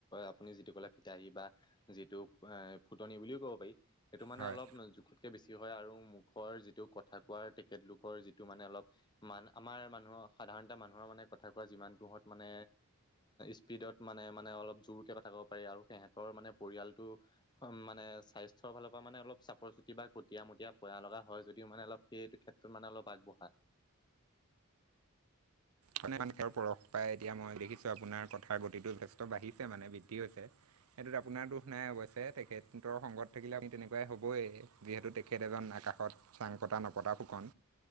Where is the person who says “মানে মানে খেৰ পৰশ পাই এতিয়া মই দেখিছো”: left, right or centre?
Right